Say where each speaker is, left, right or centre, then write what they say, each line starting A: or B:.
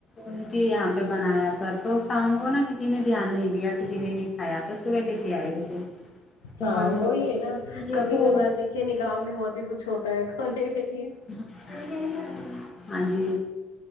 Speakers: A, on the left; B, on the left.
A: ان کے یہاں پہ بنایا تھا تو شام کو نا کسی نے دھیان نہیں دیا کسی نے نہیں کھایا تو وہ لے کے آئے اسے تو
B: ہاں
A: ہم بول
B: وہی
A: رہے
B: ہے نا
A: تھے کہ یہ
B: کبھی
A: تو
B: کبھار کہ نکاح میں ہو بھی کچھ ہوتا ہے کھانے کے لیے
A: <unintelligible> ہاں جی